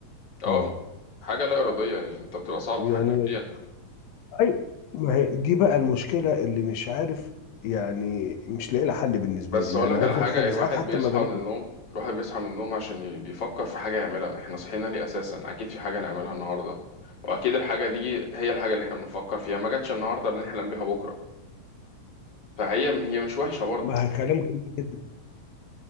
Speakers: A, on the left (about 30°); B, on the left (about 80°).
A: اه
B: اه
A: حاجة لا إرادية يعني أنت بتبقى صعب
B: يعني
A: تتحكم فيها
B: ايوه ما هي دي بقى المشكله اللي مش عارف يعني مش لاقي لها حل بالنسبه
A: بس
B: لي
A: أقولك
B: يعني عايز
A: على
B: اقول
A: حاجة
B: لك حاجه
A: الواحد
B: ساعات حتى
A: بيصحى
B: ما بنام
A: من النوم الواحد بيصحى من النوم عشان ي- بيفكر في حاجة يعملها احنا صحينا ليه أساسا أكيد في حاجة نعملها النهاردة وأكيد الحاجة دي هي الحاجة اللي احنا بنفكر فيها ما جاتش النهاردة بنحلم بيها بكرة فهي هي مش وحشة برضه
B: ما هي كلام جميل جدا